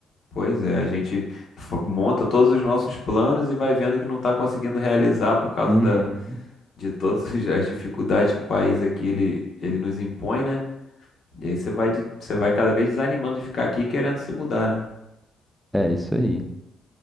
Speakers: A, on the left (about 55°); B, in the centre.
A: Pois é, a gente f- monta todos os nossos planos e vai vendo que não está conseguindo realizar por causa
B: Uhum.
A: da, de todas <laughs> as as dificuldades que o país aqui ele, ele nos impõe, né? E aí você vai, de- você vai cada vez desanimando de ficar aqui querendo se mudar, né?
B: É isso aí.